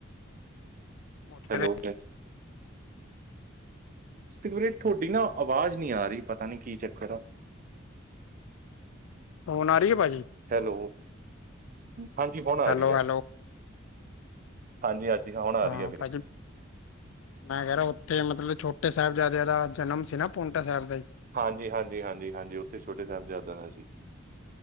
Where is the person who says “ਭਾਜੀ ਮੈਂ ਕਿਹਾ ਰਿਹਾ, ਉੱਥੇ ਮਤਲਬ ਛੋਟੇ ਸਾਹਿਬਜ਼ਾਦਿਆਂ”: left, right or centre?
Left